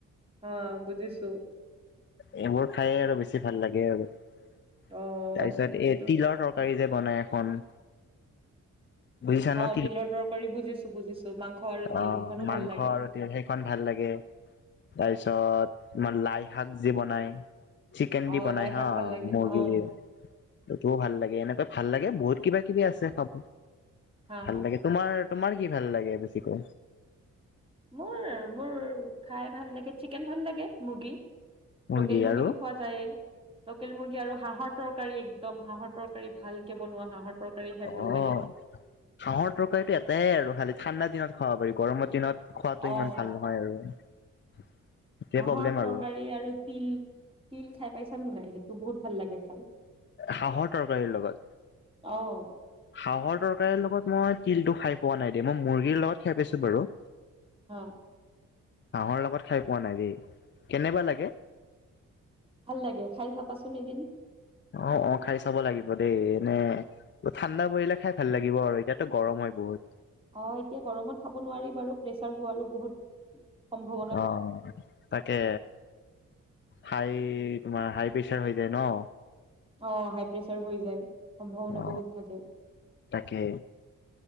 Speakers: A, on the right; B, on the left.
A: অ', বুজিছোঁ।
B: এইবোৰ খায়ে আৰু বেছি ভাল লাগে আৰু তাৰপিছত
A: অ', সেইটো
B: এই তিলৰ তৰকাৰ তৰকাৰী যে বনাই এখন বুজিছা
A: অ',
B: ন
A: তিলৰ তৰকাৰী বুজিছোঁ, বুজিছোঁ মাংস আৰু
B: অ
A: তিল সিখনো
B: মাংস
A: ভাল লাগে।
B: আৰু সেইখন ভাল লাগে তাৰপিছত তোমাৰ লাই শাক যে বনাই চিকেন দি
A: অ',
B: বনায়
A: লাই
B: হা
A: শাক ভাল লাগে
B: মূৰ্গীৰে
A: অ',
B: সেইটো ভাল লাগে এনেকৈ ভাল লাগে বহুত কিবা কিবি আছে খাব
A: হা
B: ভাল
A: হা।
B: লাগে তোমাৰ তোমাৰ কি ভাল লাগে বেছিকৈ।
A: মোৰ, মোৰ খাই ভাল লাগে চিকেন ভাল লাগে মুৰ্গী।
B: মুৰ্গী
A: লোকেল মুৰ্গীটো
B: আৰু
A: খোৱা যায় লোকেল মুৰ্গী আৰু হাঁহৰ তৰকাৰ তৰকাৰী একদম হাঁহৰ তৰকাৰী ভালকে বনোৱা হাঁহৰ তৰকাৰী খাই
B: অ',
A: ভাল লাগে।
B: হাঁহৰ তৰকাৰীটো এটাই আৰু খালি ঠাণ্ডা দিনত খাব পাৰি গৰমৰ দিনত খোৱাতটো
A: অ'।
B: ইমান ভাল নহয় আৰু এতিয়া
A: হাঁহৰ
B: প্ৰব্লেম
A: তৰকাৰী
B: আৰু
A: তিল, তিল খাই পাইছা নাই? তোৰ বহুত ভাল লাগে খাল
B: হাঁহৰ তৰকাৰীৰ লগত
A: অ'।
B: হাঁহৰ তৰকাৰীৰ লগত মই তিলটো খাই পোৱা নাই দ মই মুৰ্গীৰ লগত খাই পাইছো বাৰু।
A: অ'।
B: হাঁহৰ লগত খাই পোৱা নাই দেই কেনেবা লাগে।
A: ভাল লাগে খাই চাবাচোন এদিন।
B: অ', অ', খাই চাব লাগিব দেই এনে ঠাণ্ডা পৰিলে খাই ভাল লাগিব আৰু এতিয়াতো গৰম হয় বহুত।
A: অ', এতিয়া গৰমত খাব নোৱাৰি বাৰু প্ৰেছাৰ হোৱা আৰু বহুত। সম্ভৱ
B: অ'। তাকে হাই তোমাৰ হাই প্ৰেচাৰ হৈ যায় ন
A: অ', হাই প্ৰেছাৰ হৈ যায় সম্ভাৱনা
B: অ
A: বহুত থাকে।
B: তাকে।